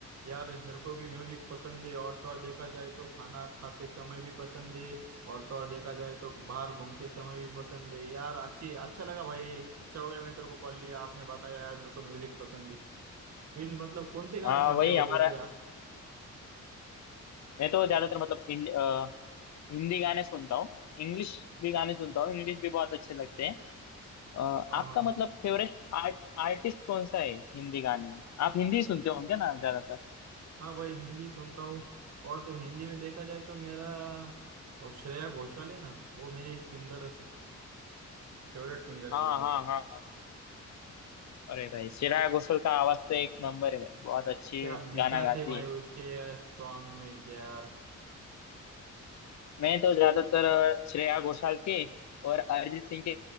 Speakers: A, on the right; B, on the left.
A: यार मेरे को भी म्यूजिक पसंद है और तो और देखा जाए तो खाना खाते समय भी पसंद है और तो और देखा जाए तो बाहर घूमते समय भी पसंद है यार अच्छी अच्छा लगा भाई अच्छा हो गया मैंने तेरे को कॉल लिया आपने बताया यार मेरे को म्यूजिक पसंद है फिर मतलब कौन से गाने
B: हाँ
A: सुनते
B: वही
A: हो
B: हमारा
A: जैसे आप
B: मैं तो ज्यादातर मतलब हिं- अ, हिंदी गाने सुनता हूँ इंग्लिश भी गाने सुनता हूँ इंग्लिश भी बहुत अच्छे लगते हैं अ,
A: हाँ
B: आपका
A: हाँ
B: मतलब
A: हाँ
B: फेवरेट आर्ट आर्टिस्ट कौन सा है हिंदी गानों में आप हिंदी सुनते
A: हम्म,
B: होंगे ना ज्यादातर
A: हाँ भाई हिंदी सुनता हूँ और तो हिंदी में देखा जाए तो मेरा वो श्रेया घोषाल है ना वो मेरी सिंगर फेवरेट सिंगर
B: हाँ
A: है यार
B: हाँ
A: वो
B: हाँ हाँ अरे भाई श्रेया घोषाल का आवाज तो एक नंबर है भाई बहुत अच्छे
A: क्या मिठास
B: गाना गाती
A: है भाई
B: है
A: उसके सॉन्ग में यार
B: मैं तो ज्यादातर अ, श्रेया घोषाल के और अरिजीत सिंह के